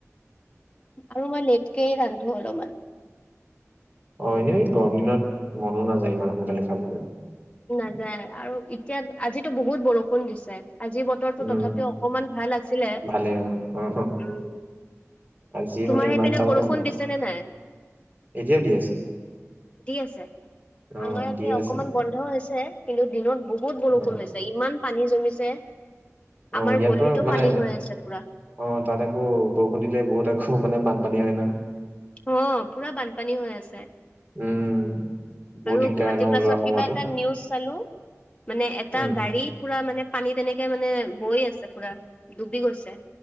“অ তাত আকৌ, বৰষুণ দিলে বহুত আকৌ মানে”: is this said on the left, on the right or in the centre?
Right